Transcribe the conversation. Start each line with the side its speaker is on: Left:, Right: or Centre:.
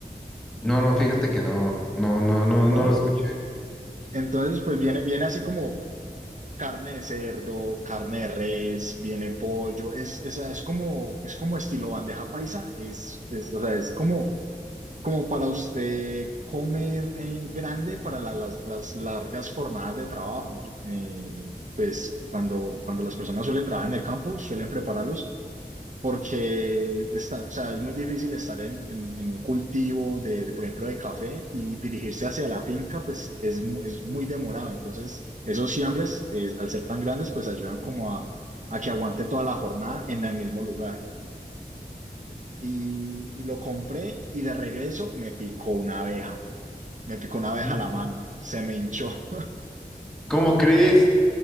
Centre: No, no, fíjate que no, no, no, no,
Right: ¿no?
Centre: no lo escuché.
Right: Entonces pues viene, viene así como Carne de cerdo, carne de res, viene pollo, es, es, es como, es como estilo bandeja paisa, es, es, o sea, es como, como para usted comer eh, grande para la- las, las largas jornadas de trabajo, ¿ya? Eh, pues cuando, cuando las personas suelen trabajar en el campo, suelen prepararlos porque está, o sea, es muy difícil estar en, en, en un cultivo de, de, por ejemplo, de café y dirigirse hacia la finca, pues es, mu- es muy demorado. Entonces, esos siembres, eh, al ser tan grandes, pues ayudan como a, a que aguante toda la jornada en el mismo lugar. Y, y lo compré y de regreso me picó una abeja, me picó una abeja
Centre: ¿Mm?
Right: a la mano, se me hinchó.
Centre: ¿Cómo crees?